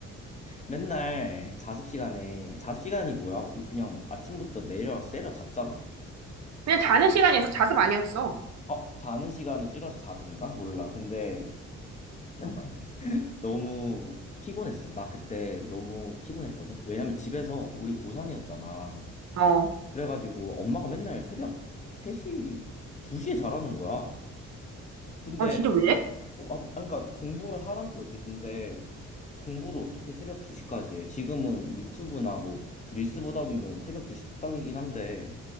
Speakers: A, on the left; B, on the right.
A: 맨날 자습 시간에, 자습 시간이 뭐야? 우리 그냥 아침부터 내려, 세려 잤잖아.
B: 그냥 자는 시간이어서 자습 아니었어.
A: 어, 자는 시간을 줄여서 자습인가? 몰라. 근데 <laughs> 너무 피곤했어. 나 그때 너무 피곤했거든. 왜냐면 집에서 우리 고3이었잖아.
B: 어.
A: 그래가지고 엄마가 맨날 새벽 3시, 2시에 자라는 거야. 근데,
B: 아, 진짜 왜?
A: 어, 아, 그러니까 공부를 하라는 거지. 근데 공부를 어떻게 새벽 2시까지 해? 지금은 유튜브나 뭐 릴스 보다 보면 새벽 2시 뚝딱이긴 한데